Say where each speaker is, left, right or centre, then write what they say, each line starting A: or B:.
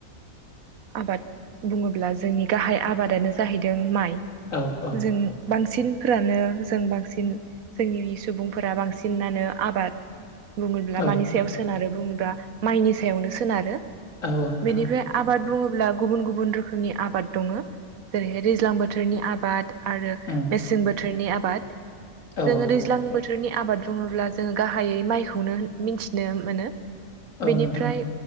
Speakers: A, on the right (about 80°); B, on the left (about 65°).
A: आबाद बुङोब्ला जोंनि गाहाय आबादानो जाहैदों माइ ।
B: ओ औ औ
A: जों बांसिन फोरानो जों बांसिन जोंनि सुबुंफोरा बांसिनानो आबाद बुङोब्ला
B: औ
A: मानि सायाव सोनारो बुङोब्ला माइनि सायावनो सोनारो
B: औ नोंथां
A: बेनिफ्राय आबाद बुङोब्ला गुबुन गुबुन रोखोमनि आबाद दङ । जेरैहाय दैज्लां बोथोरनि आबाद आरो
B: उम
A: मेसें बोथोरनि आबाद
B: औ
A: जोङो
B: औ
A: दैज्लां बोथोर रनि आबाद बुङोब्ला जोङो गाहायै माइखौनो मिथिनो मोनो । बेनिफ्राय
B: औ नोंथां